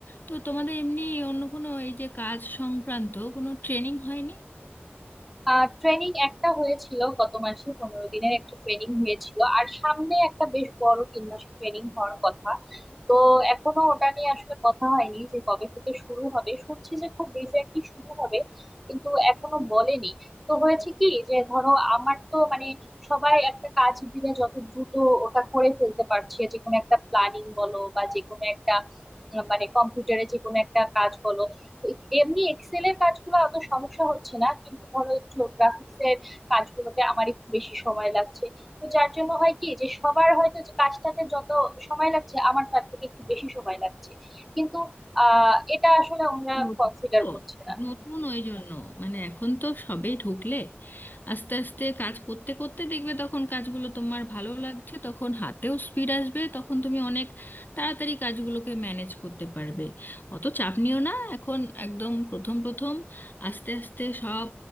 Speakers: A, on the left (about 45°); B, in the centre.
A: তো তোমাদের এমনি অন্য কোনো এই যে কাজ সংক্রান্ত কোনো ট্রেনিং হয়নি
B: আহ ট্রেনিং একটা হয়েছিল গত মাসে পনেরো দিনের একটা ট্রেনিং হয়েছিল আর সামনে একটা বেশ বড় তিন মাসের ট্রেনিং হওয়ার কথা তো এখনো ওটা নিয়ে আসলে কথা হয়নি যে কবে থেকে শুরু হবে শুনছি যে খুব রিসেন্টলি শুরু হবে কিন্তু এখনো বলেনি তো হয়েছে কি যে ধরো আমার তো মানে সবাই একটা কাজ দিলে যত দ্রুত ওটা করে ফেলতে পারছে যে কোনো একটা প্ল্যানিং বলো বা যে কোনো একটা আহ, মানে কম্পিউটারে যে কোনো একটা কাজ বলো এমনি এক্সেল এর কাজগুলো অত সমস্যা হচ্ছে না কিন্তু ধরো একটু গ্রাফিক্স এর কাজগুলোতে আমার একটু বেশি সময় লাগছে তো যার জন্য হয় কি যে সবার হয়তো যে কাজটাতে যত সময় লাগছে আমার তার থেকে একটু বেশি সময় লাগছে কিন্তু আহ এটা আসলে আমরা
A: নতুন
B: কনসিডার
A: তো
B: করছি না
A: নতুন ওই জন্য মানে এখন তো সবেই ঢুকলে আস্তে আস্তে কাজ করতে করতে দেখবে তখন কাজগুলো তোমার ভালো লাগছে তখন হাতেও স্পিড আসবে তখন তুমি অনেক তাড়াতাড়ি কাজগুলোকে ম্যানেজ করতে পারবে অত চাপ নিও না এখন একদম প্রথম প্রথম আস্তে আস্তে সব